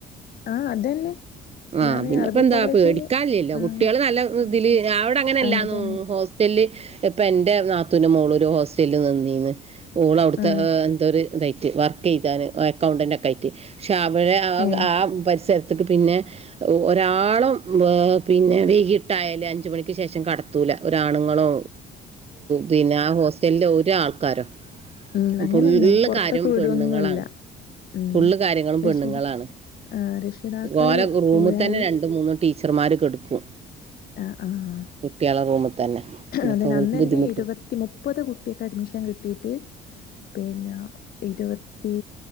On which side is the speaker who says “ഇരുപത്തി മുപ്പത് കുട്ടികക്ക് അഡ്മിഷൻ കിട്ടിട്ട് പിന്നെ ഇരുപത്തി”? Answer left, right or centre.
Left